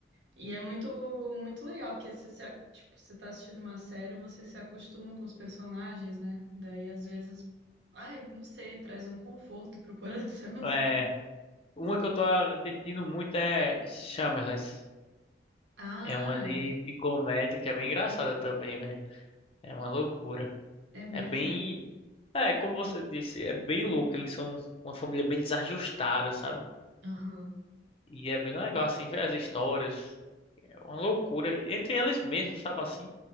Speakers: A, on the right (about 90°); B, on the left (about 30°).
A: E é muito, muito legal, porque você, se, a- tipo, você tá assistindo uma série, você se acostuma com os personagens, né? Daí, às vezes, ai, não sei, traz um conforto pro coração, <laughs>
B: É,
A: sabe?
B: uma que eu tô assistindo muito é Shameless.
A: Ah,
B: É uma de, de comédia que é bem engraçada também, velho. É uma loucura.
A: é mesmo?
B: É bem. É, como você disse, é bem louco. Eles são uma família bem desajustada, sabe?
A: Aham,
B: E é bem legal, assim, ver as histórias. É uma loucura. Entre eles mesmos, sabe assim?